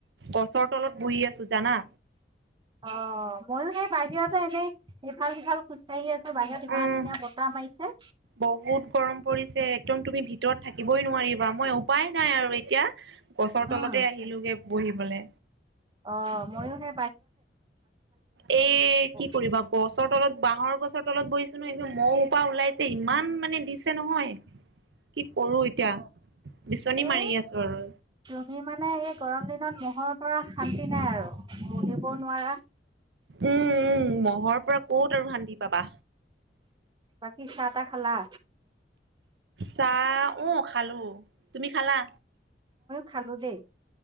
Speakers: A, on the right (about 75°); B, on the right (about 25°).
A: গছৰ তলত বহি আছোঁ জানা।
B: অ মইয়ো সেই বাহিৰতে এনেই ইফাল সিফাল খোজকাঢ়ি আছোঁ। বাহিৰত ইমান
A: উম
B: ধুনীয়া বতাহ মাৰিছে।
A: বহুত গৰম পৰিছে একদম তুমি ভিতৰত থাকিবই নোৱাৰিবা মই উপায় নাই আৰু এতিয়া গছৰ তলতে
B: উম
A: আহিলোগে। বহিবলে।
B: অ মইও সে।
A: এ
B: অ
A: কি কৰিবা গছৰ তলত বাঁহৰ গছৰ। তলত বহিছোঁ নহয় এ মহ সোপা ওলাইছে ইমান মানে দিছে নহয়। কি কৰোঁ এতিয়া বিচনী
B: এ
A: মাৰি আছোঁ আৰু।
B: তুমি মানে এই গৰম দিনত মহৰ পৰা শান্তি নাই আৰু বহিব নোৱাৰা।
A: উম উম মহৰ পৰা ক'ত আৰু শান্তি পাবা?
B: বাকি চাহ-তাহ খালা?
A: চাহ ও খালোঁ। তুমি খালা।
B: খালোঁ দে।